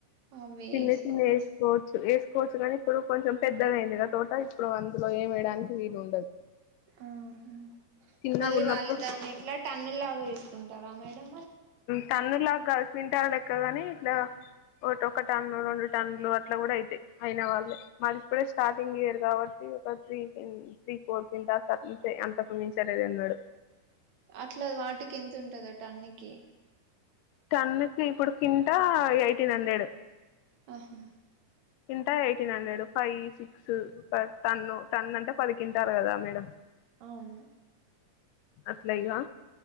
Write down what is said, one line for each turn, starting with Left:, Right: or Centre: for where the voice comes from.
Right: అవి
Left: చిన్ని
Right: వేసుకోవచ్చు
Left: చిన్నియి వేసుకోవచ్చు కోవచ్చు కాని ఇప్పుడు కొంచెం పెద్దదయింది గా తోట ఇప్పుడు అందులో ఏం వేయడానికి వీలు ఉండదు
Right: ఆహా
Left: చిన్నగా
Right: మళ్ళీ
Left: ఉన్నప్పుడు
Right: వాళ్ళు దాన్ని ఇట్లా టన్ను లాగా వేసుకుంటారు రామేడం
Left: టన్నులా క్యింటల్ లెక్క ని ఇట్లా ఒకక్క టన్ను రెండు టన్లు అట్లా కూడా అయితాయి అయిన వాళ్ళే మాది ఇప్పుడే స్టార్టింగ్ ఇయర్ కాబట్టి ఒక త్రీ కి త్రీ ఫోర్ కింటాలు తగ్గుతాయి అంతకు మించి ఎన్నాడు
Right: అట్లా వాటికి ఎంత ఉంటంది అట టన్నుకి
Left: టన్నుకి ఇప్పుడు కింట ఎయిటీన్ హండ్రెడ్
Right: ఆహా
Left: కింట eighteen hundred five six ton ton అంటే పది కింటాలుి కదా మేడం
Right: అవును
Left: అట్లా ఇగా